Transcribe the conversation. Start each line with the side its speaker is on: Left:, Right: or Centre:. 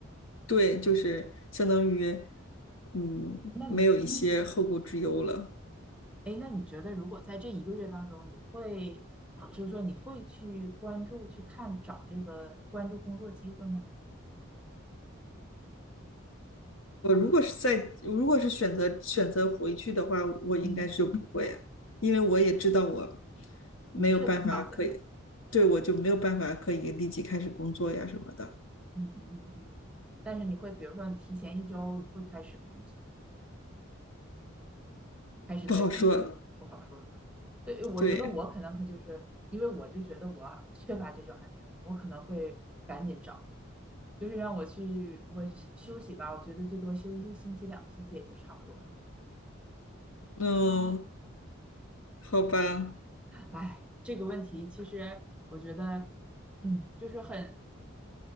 Left: 对，就是相当于，嗯，
Centre: 那你，
Left: 没有一些后顾之忧了。
Centre: 哎，那你觉得如果在这一个月当中，你会，就是说你会去关注、去看、找这个关注工作机会吗？
Left: 我如果是在，如果是选择选择回去的话，我应该是不会，
Centre: 嗯，
Left: 因为我也知道我没有办法嗯可以，
Centre: 你就彻底放下了。
Left: 对，我就没有办法可以立即开始工作呀什么的，
Centre: 嗯嗯嗯。但是你会，比如说你提前一周，你会开始吗？你觉得？还是在就不好说了吧？
Left: 不好嗯说。
Centre: 对，我觉得我可能可就是因为我就觉得我缺乏这种安全感，
Left: 对，
Centre: 我可能会赶紧找，就是让我去我休息吧，我觉得最多休一个星期、两个星期也就差不多了。
Left: 嗯，好吧，
Centre: 哎，这个问题其实我觉得，嗯，就是很